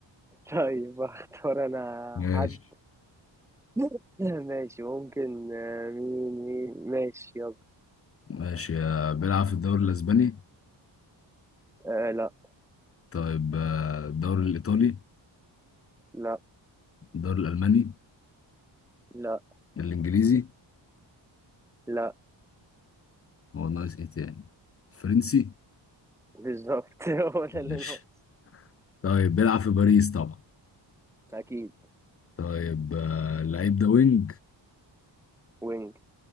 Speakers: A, in the centre; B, on the left.
A: طيب اختار انا
B: ماشي
A: حد <laughs> ماشي ممكن آه، مين مين ماشي يلا
B: ماشي آه، بيلعب في الدوري الاسباني
A: آه لا
B: طيب آه، الدوري الايطالي
A: لا
B: الدوري الالماني
A: لا
B: الانجليزي
A: لا
B: هو ناقص ايه تاني فرنسي
A: بالظبط <laughs> هو ده
B: ماشي
A: اللي ناقص
B: طيب بيلعب في باريس طبعا
A: اكيد
B: طيب آه، اللعيب ده وينج
A: وينج